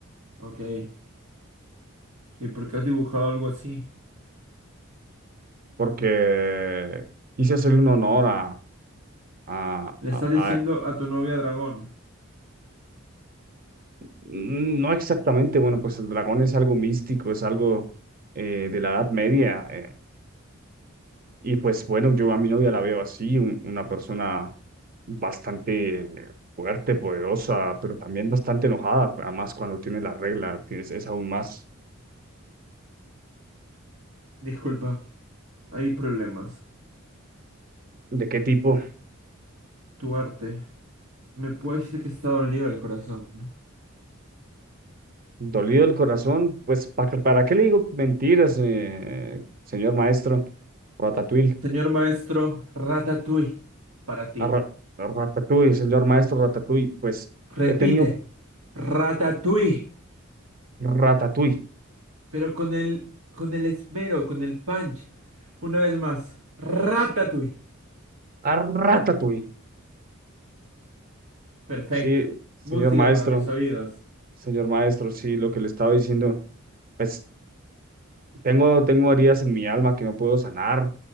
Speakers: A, on the right; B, on the right.
A: Ok. ¿Y por qué has dibujado algo así?
B: porque quise hacerle un honor a, a,
A: Le
B: a-
A: estás diciendo
B: a-
A: a tu novia dragón.
B: mm, no exactamente, bueno, pues el dragón es algo místico, es algo eh, de la Edad Media. eh, Y pues bueno, yo a mi novia la veo así, un- una persona bastante fuerte, poderosa, pero también bastante enojada, además cuando tiene la regla, tienes, es aún más.
A: Disculpa, hay problemas.
B: ¿De qué tipo?
A: Tu arte. Me puede decir que está dolido el corazón.
B: Dolido el corazón, pues ¿para, para qué le digo mentiras, eh, señor maestro? Ratatouille,
A: Señor maestro, Ratatouille. Para ti.
B: a ra- Ratatouille, señor maestro Ratatouille, pues
A: Repite,
B: he tenido
A: Ratatouille.
B: Ratatouille,
A: Pero con el, con el esmero, con el punch. Una vez más, Ratatouille.
B: a Ratatouille.
A: Perfecto.
B: Sí, señor
A: Música
B: maestro,
A: para mis oídos.
B: señor maestro, sí, lo que le estaba diciendo. pues, Tengo, tengo heridas en mi alma que no puedo sanar.